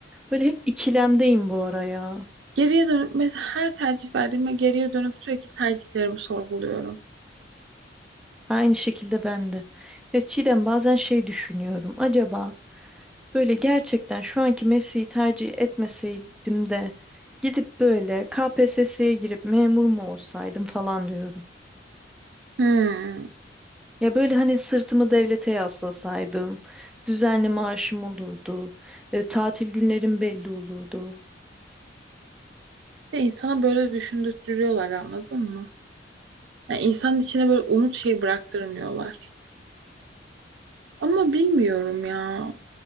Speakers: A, in the centre; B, on the right.
A: Böyle hep ikilemdeyim bu ara ya.
B: Geriye dönüp mes- her tercih verdiğimde geriye dönüp sürekli tercihlerimi sorguluyorum.
A: Aynı şekilde ben de. Ya Çiğdem bazen şey düşünüyorum. Acaba böyle gerçekten şu anki mesleği tercih etmeseydim de gidip böyle KPSS'ye girip memur mu olsaydım falan diyorum.
B: Hmm.
A: Ya böyle hani sırtımı devlete yaslasaydım, düzenli maaşım olurdu, e, tatil günlerim belli olurdu.
B: İşte insana böyle düşündürtüyorlar anladın mı? Yani insanın içine böyle umut şey bıraktırmıyorlar. Ama bilmiyorum ya.